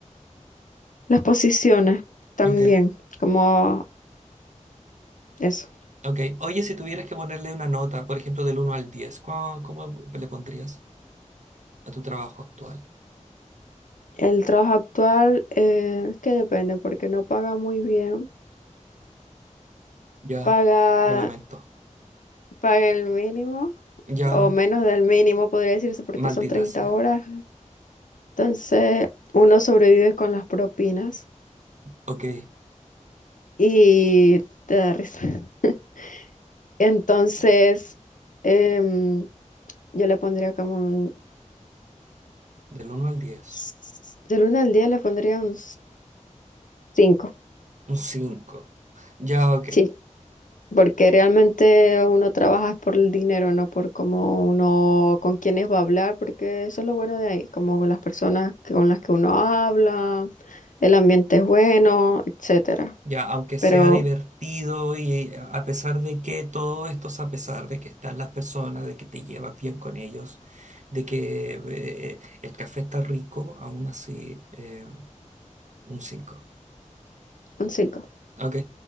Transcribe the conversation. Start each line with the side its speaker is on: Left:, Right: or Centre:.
Left: las posiciones también,
Right: Ok,
Left: como eso.
Right: ok. Oye, si tuvieras que ponerle una nota, por ejemplo, del uno al 10, ¿cómo, cómo le pondrías a tu trabajo actual?
Left: El trabajo actual, eh, que depende, porque no paga muy bien.
Right: Ya,
Left: Paga,
Right: lo lamento.
Left: paga el mínimo,
Right: Ya,
Left: o menos del mínimo, podría decirse, porque
Right: maldita
Left: son treinta
Right: sea.
Left: horas Entonces, uno sobrevive con las propinas
Right: Ok,
Left: y te da risa. <laughs> Entonces, em, yo le pondría como un...
Right: del uno al 10,
Left: s- Del uno al 10 le pondría un 5,
Right: un 5. Ya, ok.
Left: sí, porque realmente uno trabaja es por el dinero, no por cómo uno, con quiénes va a hablar, porque eso es lo bueno de ahí, como con las personas que- con las que uno habla, el ambiente es bueno, etcétera.
Right: Ya, aunque sea
Left: Pero
Right: divertido y a pesar de que todo esto es a pesar de que están las personas, de que te llevas bien con ellos, de que eh, el café está rico, aún así eh, un cinco
Left: un 5,
Right: Ok.